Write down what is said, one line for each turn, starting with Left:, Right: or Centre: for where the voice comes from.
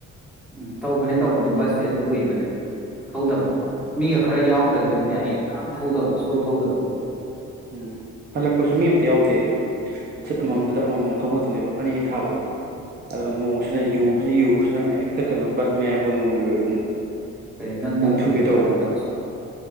Centre: ꯎꯝ ꯇꯧꯕꯅꯦ ꯇꯧꯕꯅꯦ ꯕꯁꯁꯦ ꯑꯗꯨꯝ ꯀꯨꯏꯕꯅꯦ ꯊꯧꯗꯕꯅꯦ ꯃꯤ ꯈꯔ ꯌꯥꯎꯗ꯭ꯔꯒꯗꯤꯅꯦ ꯑꯩ ꯌꯥꯝ ꯊꯧꯗꯕꯗꯤ ꯁꯨꯂꯧ ꯊꯧꯗꯕꯅꯤ
Right: ꯎꯝ ꯍꯜꯂꯛꯄꯁꯨ ꯃꯤ ꯑꯝꯇ ꯌꯥꯎꯗꯦ ꯑꯗꯨꯁꯨ ꯁꯤꯠ
Centre: ꯎꯝ
Right: ꯑꯃꯃꯝꯗꯨꯗ ꯑꯃꯃꯝ ꯐꯝ ꯅꯦꯕ ꯑꯅꯤ ꯊꯥꯕꯗꯣ ꯑꯣ ꯅꯣꯡꯁꯤꯅ ꯌꯨ ꯌꯨꯕꯁꯤꯅ ꯍꯦꯛꯇ ꯀꯩꯅꯣ ꯕꯁ ꯃꯌꯥꯝꯐꯥꯎ ꯅꯣꯡ ꯌꯨꯔꯗꯅ
Centre: ꯀꯣ ꯅꯪ ꯅꯣꯡ
Right: ꯅꯥꯟꯊꯨꯒꯦ
Centre: ꯅꯪꯕ꯭ꯔꯣ
Right: ꯇꯧꯕꯅꯦ
Centre: ꯍꯜꯂꯛꯄꯗꯨꯁꯨ